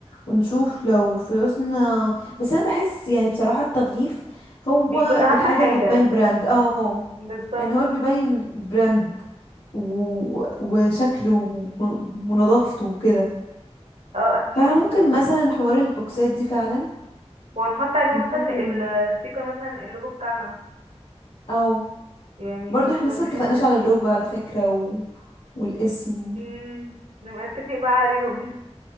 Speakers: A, on the left; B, on the right.
A: ونشوف لو فلوسنا بس انا بحس يعني بصراحة التغليف هو
B: بيكون أهم
A: الحاجة
B: حاجة
A: اللي بتبين براند اه
B: بالظبط
A: يعني هو اللي بيبين براند و... وشكله و- ونظافته وكده
B: اه أكيد
A: فممكن مثلا حوار البوكسات دي فعلا
B: ونحط عليه
A: ننزل
B: مثلا الستيكر مثلا اللوجو بتاعنا
A: او
B: يعني
A: برضو
B: هيكون
A: احنا لسه متفقناش
B: حلو جدا
A: على اللوجو على فكرة و... والاسم
B: مم، نبقى نتفق بقى عليهم